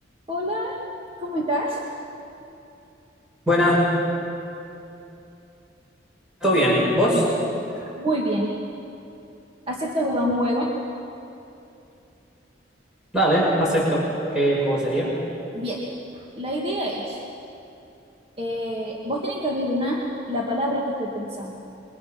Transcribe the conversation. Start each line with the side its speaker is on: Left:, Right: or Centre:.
Right: Hola, ¿cómo estás?
Centre: Buenas, ¿todo bien? ¿Vos?
Right: Muy bien. ¿Aceptas jugar un juego?
Centre: Dale, acepto. ¿Qué juego sería?
Right: Bien. La idea es, eh, vos tenés que adivinar la palabra que estoy pensando.